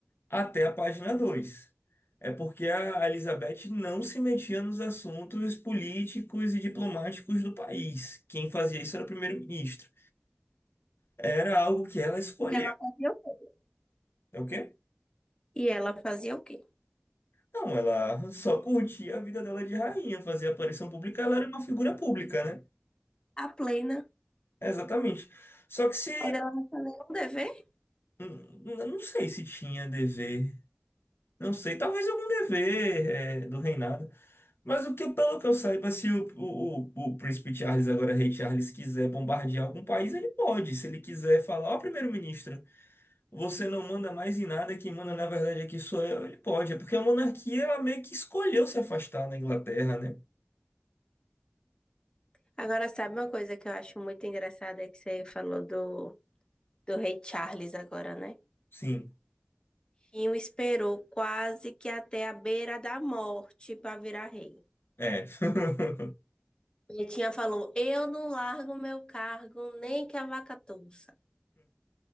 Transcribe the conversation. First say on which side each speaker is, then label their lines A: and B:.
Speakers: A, on the left (about 70°); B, on the left (about 25°).
A: até a página dois É porque a Elizabeth não se metia nos assuntos políticos e diplomáticos do país. Quem fazia isso era o primeiro-ministro. Era algo que ela escolheu.
B: E ela fazia o quê?
A: É o quê?
B: E ela fazia o quê?
A: Não, ela só curtia a vida dela de rainha, fazia aparição pública, ela era uma figura pública, né?
B: A plena.
A: Exatamente. Só que se
B: Mas ela não tinha nenhum dever.
A: Hum, Eu não sei se tinha dever. Não sei, talvez algum dever é, do reinado. Mas o que, pelo que eu saiba, se o, o, o, o príncipe Charles, agora rei Charles, quiser bombardear algum país, ele pode. Se ele quiser falar, ó, primeiro-ministro, você não manda mais em nada, quem manda na verdade aqui sou eu, ele pode. É porque a monarquia, ela meio que escolheu se afastar da Inglaterra, né?
B: Agora, sabe uma coisa que eu acho muito engraçada é que você falou do do Rei Charles agora, né?
A: Sim,
B: Rinho esperou quase que até a beira da morte para virar rei.
A: é. <laughs>
B: Betinha falou: Eu não largo meu cargo nem que a vaca touça.